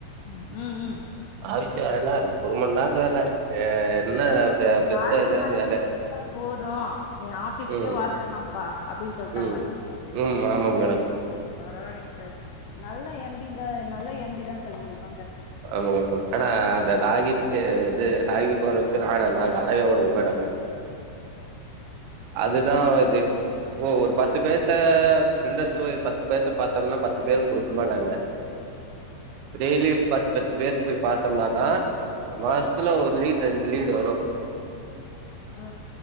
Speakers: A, on the left (about 85°); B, on the right (about 80°).
A: ம் ம்
B: அவசியம் வரண ஒரு மணி நேரத்து வேல என்ன
A: எனக்கு
B: பெருசா
A: லாகின்
B: எதாவது
A: மத்தி
B: வேல
A: நீ கொடுத்தா போதும் நீ ஆபீஸ்க்கே
B: ம்
A: வர வேணாம்பா அப்டின்னு சொல்லிட்டாங்களா
B: ம்
A: சார்
B: ம் ஆமாங்க மேடம்
A: பரவாயில்லைங்க சார் நல்லா எம்டிந்த நல்லா எம்டி தான் சார் உங்களுக்கு
B: ஆமா மேடம் ஆனா அந்த லாகின்க்கு இது லாகின் போட்றக்கு <unintelligible> நாங்க ய ஒணுங் மேடம் அதுதா இது இப்போ ஒரு பத்து பேர்த்த ஃபில்டர்ஸ் பத்து பேத்த பாத்தோம்னா பத்து பேரும் குடுக்கமாட்டாங்க இப்ப டெய்லி பத்து பத்து பேர்த்த போய் பாத்தோம்னாதா மாசத்துல ஒரு லீடு ரெண்டு லீடு வரு
A: ஆ